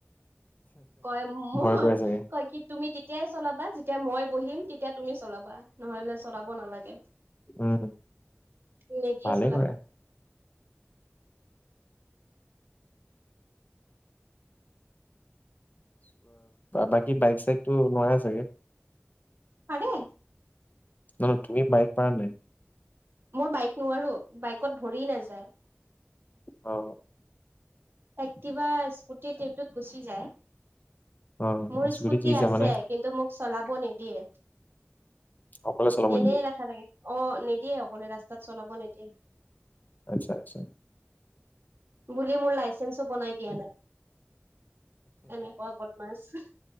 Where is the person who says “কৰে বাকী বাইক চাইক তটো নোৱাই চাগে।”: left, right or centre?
Left